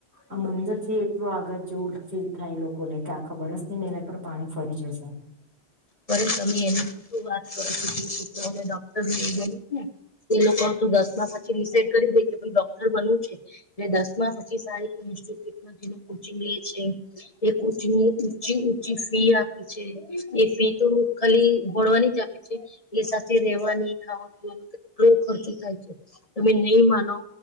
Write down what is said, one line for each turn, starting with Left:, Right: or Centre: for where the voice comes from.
Right: આ મંદિર થી એટલું આગા જેવું ફીલ થાય લોકોને કે આખા વર્ષની મહેનત પર પાણી ફરી જશે
Left: ફરે તમે એની પૂત્રો વાત કરો છો, જે પુત્રોને મોટો ડો <unintelligible> એ લોકો હતું દસમા માં થી પછી ડીસાઈડ કરી દે ભઈ ડોક્ટર બનવું છે, ને દસમા પછી સારી કોઈ ઇન્સ્ટિટયૂટ માં ટીચિંગમાં કોચિંગ કરે છે, એ કોચિંગ નું ઊંચી ઊંચી ફી આપે છે, એ ફી તો ખાલી ભળવાની જ આપે છે એ સાથે રહેવાની ખાવા-પીવા કેટલો ખર્ચો થાય છે, તમે નહીં માનો.